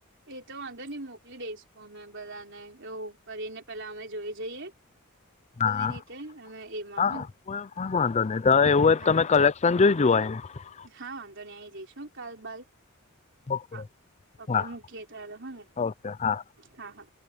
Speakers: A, on the right (about 55°); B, on the left (about 30°).
A: એ તો વાંધો ની મોકલી દઈશ ફોન મા બધાને એવું કરીને પેલા અમે જોઈ જઈએ. બધી
B: હા
A: રીતે અને એમાં
B: હા
A: હો ને
B: કોઈ કોઈ વાંધો નહી તો તમે એવું હોય
A: હા
B: કાલે. તન જોઇ જોવાય.
A: હા વાંધો નઈ આઈ જઈશ હું કાલ બાલ
B: ઓકે
A: હા ઓકે
B: હા
A: મૂકીએ ત્યારે હોને.
B: ઓકે હા
A: હા હા.